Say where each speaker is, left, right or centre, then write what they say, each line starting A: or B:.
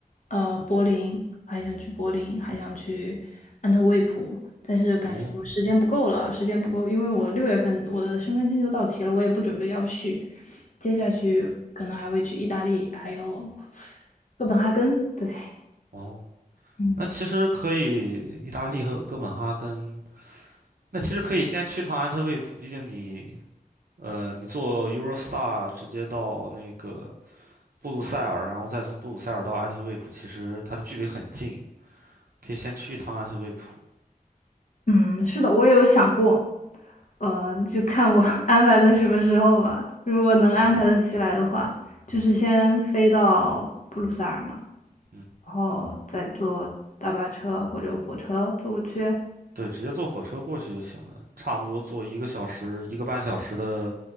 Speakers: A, on the left; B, on the right.
A: 呃柏林，还想去柏林，还想去安特卫普，但是感觉我时间不够了，
B: 哦
A: 时间不够，因为我六月份我的申根签就到期了，我也不准备要续，接下去可能还会去意大利，还有哥本哈根，对。
B: 哦，
A: 嗯。
B: 那其实可以，意大利和哥本哈根，那其实可以先去趟安特卫普，毕竟你呃，你坐 Eurostar 直接到那个布鲁塞尔，然后再从布鲁塞尔到安特卫普，其实它的距离很近，可以先去一趟安特卫普。
A: 嗯，是的，我也有想过，呃，就看我 <laughs> 安排在什么时候吧。如果能安排得起来的话，
B: 哦，
A: 就是先飞到布鲁塞尔嘛，
B: 嗯。
A: 然后再坐大巴车或者火车坐过去。
B: 对，直接坐火车过去就行了，差不多坐一个小时、一个半小时的